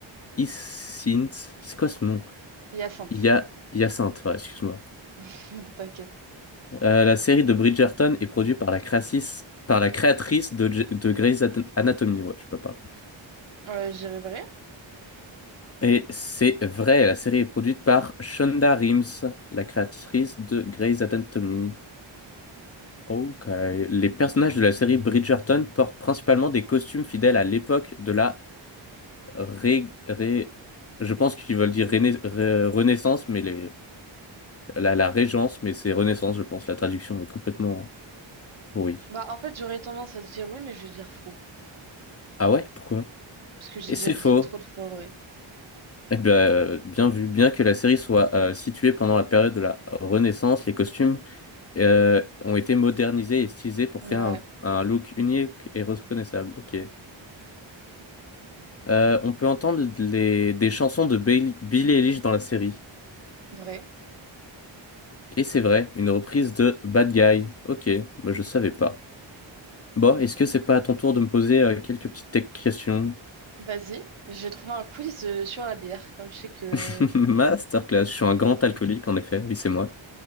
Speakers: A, on the left; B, on the right.
A: Hyacinthe. C'est quoi ce nom?
B: Hyacinthe,
A: Hya- Hyacinthe, ouais, excuse-moi.
B: <laughs> t'inquiète.
A: Euh, la série de Bridgerton est produite par la, créatrice- par la créatrice de, J- de Grey's At- Anatomy. Ouais, je peux pas.
B: Euh, je dirais vrai.
A: Et c'est vrai, la série est produite par Shonda Rhimes, la créatrice de Grey's Anatomy. Ok. Les personnages de la série Bridgerton portent principalement des costumes fidèles à l'époque de la ré... ré- Je pense qu'ils veulent dire réna- ré- Renaissance, mais les... la, la Régence, mais c'est Renaissance, je pense. La traduction est complètement pourrie.
B: Bah en fait, j'aurais tendance à te dire oui, mais je vais dire faux,
A: Ah ouais? Pourquoi?
B: parce que j'ai
A: Et
B: déjà
A: c'est
B: dit
A: faux.
B: trop de fois vrai.
A: Eh bien, euh, bien vu. Bien que la série soit euh, située pendant la période de la Renaissance, les costumes euh, ont été modernisés et stylisés pour
B: Ouais,
A: créer un, un look unique et reconnaissable. Ok. Euh, on peut entendre les- des chansons de Bailey- Billie Eilish dans la série.
B: Vrai.
A: Et c'est vrai, une reprise de Bad Guy. Ok, bah je savais pas. Bon, est-ce que c'est pas à ton tour de me poser euh, quelques petites tech questions?
B: Vas-y. J'ai trouvé un quiz euh, sur la bière, comme je sais que...
A: <laughs> Masterclass, je suis un grand alcoolique en effet, oui c'est moi.